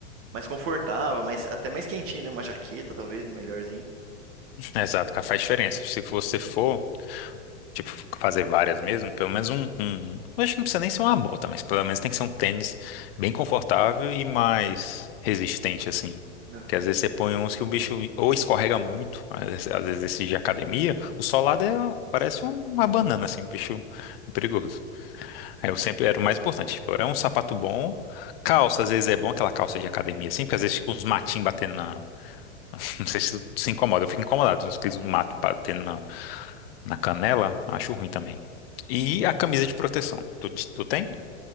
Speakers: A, on the right (about 35°); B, on the left (about 55°).
A: mais confortável, mais, até mais quentinha, né? Uma jaqueta, talvez, melhorzinha.
B: Exato, cara, faz diferença. Se você for, tipo, fazer várias mesmo, pelo menos um, um- um. Eu acho que não precisa nem ser uma bota, mas pelo menos tem que ser um tênis bem confortável e mais resistente, assim.
A: Aham.
B: Porque às vezes você põe uns que o bicho ou escorrega muito, às vezes às vezes esse de academia, o solado é, parece uma banana, assim, o bicho é perigoso. Aí eu sempre era o mais importante. Tipo, é um sapato bom, calça, às vezes é bom aquela calça de academia, assim, porque às vezes fica uns matinhos batendo na. <laughs> Não sei se tu se incomoda, eu fico incomodado com aqueles matos batendo na, na canela, acho ruim também. E a camisa de proteção, tu, te- tu tem?